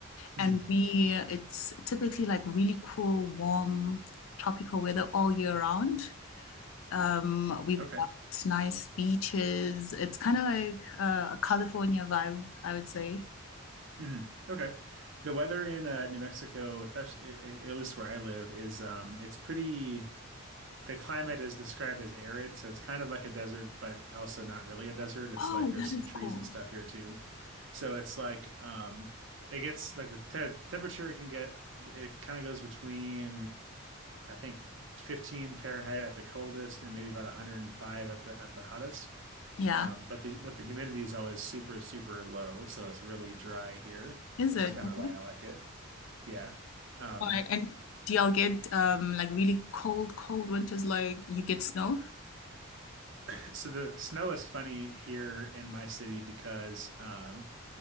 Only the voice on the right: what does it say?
Mhm.
Okay.
Mhm. Okay. The weather in uh, New Mexico, especially a- a- at least where I live, is um, it's pretty. the climate is described as arid, so it's kind of like a desert, but also not really a desert. It's
like there's
some
trees
and stuff here too. So it's like um it gets like the te temperature can get it kind of goes between I think 15 Fahrenheit at the coldest and maybe about 105 at the at the hottest.
Um, but the but the humidity is always super super low, so it's really dry here,
which
is kind
of why I like it. Yeah. Um,
<laughs> so the snow is funny here in my city because um,